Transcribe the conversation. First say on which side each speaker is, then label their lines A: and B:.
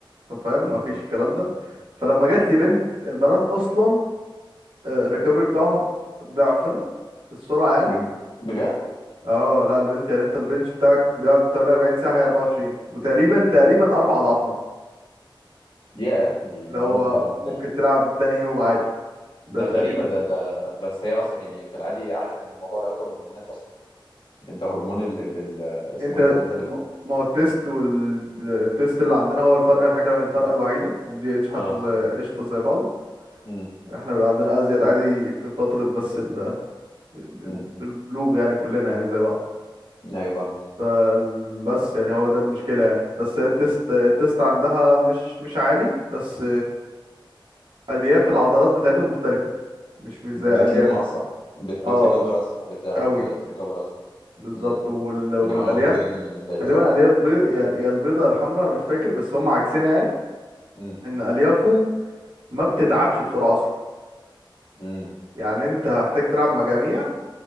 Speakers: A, on the right; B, on the left.
A: فاهم
B: أمم.
A: مفيش الكلام ده فلما جات لي بنت البنات اصلا آه، الريكفري بتاعهم ضعفنا في السرعه يعني
B: بج- بجد
A: اه لا البنت يعني انت البنش بتاعك بيقعد 48 ساعه هي 24 وتقريبا تقريبا اربع اضعافنا
B: ياه دي دي
A: اللي
B: معلومة
A: هو
B: جديدة بالنسبة
A: ممكن
B: لي
A: تلعب تاني يوم عادي ده
B: ده
A: تقريبا
B: غريبة ده ده بس هي اصلا يعني في العادي عارف ان الموضوع له علاقة بالهرمونات اصلا انت هرمون ال... ال... ال... اسمه
A: انت
B: ايه ده ان انت بت...
A: م- ما هو التيست والتيست اللي عندنا هو الفرق الحاجه الفرقه الوحيده الجي اتش حتى
B: اه
A: زي قشطه زي بعضه
B: امم
A: احنا بيبقى عندنا ازيد عادي في فتره بس ال ال- ال-
B: امم
A: البلوغ يعني كلنا يعني زي بعض
B: ايوه فاهمك
A: فال- بس يعني هو ده المشكلة يعني بس هي التست التست عندها مش مش عالي بس ألياف العضلات بتاعتهم مختلفة مش مش
B: بتلم
A: زي أليافنا
B: اسرع بت...
A: اه
B: بتريكفر اسرع بتعرف
A: قوي
B: ت- تريكفر اسرع
A: بالظبط
B: امم
A: وال... والألياف
B: دي معلومة جديدة جدا بالنسبة لي
A: تقريبا
B: بصراحة
A: ألياف بيض يعني يا البيضة يا الحمراء أنا مش فاكر بس هم عكسنا يعني
B: امم
A: إن أليافهم ما بتتعبش بسرعة أصلا
B: امم
A: يعني أنت هحتاج تلعب مجاميع